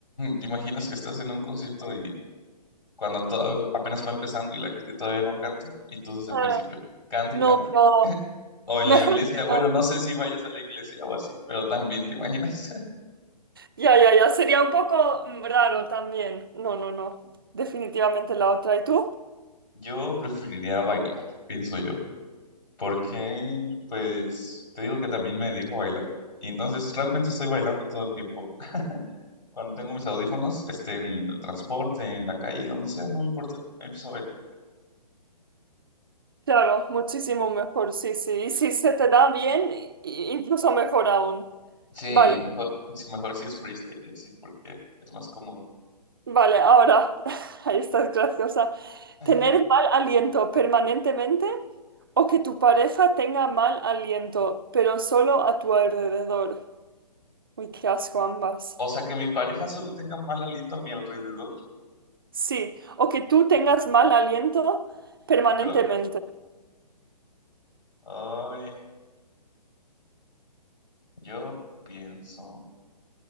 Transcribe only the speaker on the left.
¿Te imaginas que estás en un concierto y cuando todavía- apenas va empezando y la gente todavía no canta y tú desde
el principio, canta
y canta?
O en
la iglesia,
bueno,
no sé si vayas a la iglesia o así, pero también te imaginas. <laughs>
Yo preferiría bailar, pienso yo. porque pues te digo que también me dedico a bailar y entonces realmente estoy bailando todo el tiempo. Cuando tengo mis audífonos, este, en el transporte, en la calle, donde sea, no me importa, empiezo a bailar.
Sí,
y mejor, sí, mejor si es freestyle y así, porque es más cómodo.
Ajá.
O sea, que mi pareja solo tenga mal aliento a mi alrededor,
pero, ay, yo pienso,